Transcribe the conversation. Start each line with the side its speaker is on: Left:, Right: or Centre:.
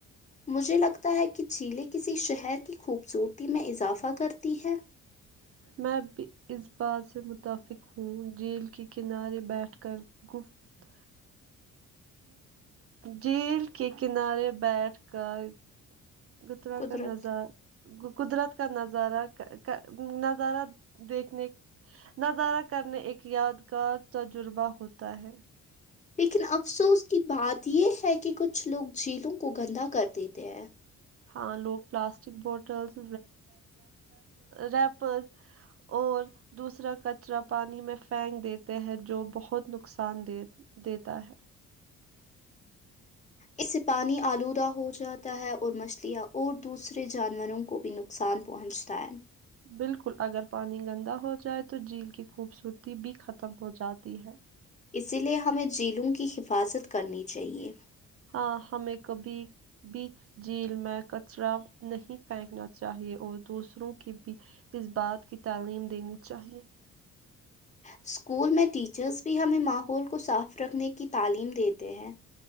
Left: مجھے لگتا ہے کہ جھیلیں کسی شہر کی خوبصورتی میں اضافہ کرتی ہیں
Right: میں بھی اس بات سے متفق ہوں جیل کے کنارے بیٹھ کر گفت جیل کے کنارے بیٹھ کر گترا
Left: قدرت
Right: کا نظارہ قدرت کا نظارہ نظہ نظارہ دیکھنے نظارہ کرنے ایک یادگار تجربہ ہوتا ہے
Left: لیکن افسوس کی بات یہ ہے کہ کچھ لوگ جھیلوں کو گندا کر دیتے ہیں
Right: ہاں لوگ پلاسٹک بوٹلز ریپز اور دوسرا کچرا پانی میں پھینک دیتے ہیں جو بہت نقصان دیتا ہے
Left: اس سے پانی آلودہ ہو جات ہے اور مچھلیاں اور دوسرے جانوروں کو بھی نقصان پہنچتا ہے
Right: بالکل اگر پانی گندا ہو جائے تو جھیل کی خوبصورتی بھی ختم ہو جاتی ہے
Left: اسی لیے ہمیں جیلوں کی حفاظت کرنی چاہیے
Right: ہاں ہمیں کبھی بھی جیل میں کچرا نہیں پھینکنا چاہیئے اور دوسروں کی بھی اس بات کی تعلیم دینی چاہیئے
Left: اسکول میں ٹیچرس بھی ہمیں ماحول کو صاف رکھنے کی تعلیم دیتے ہیں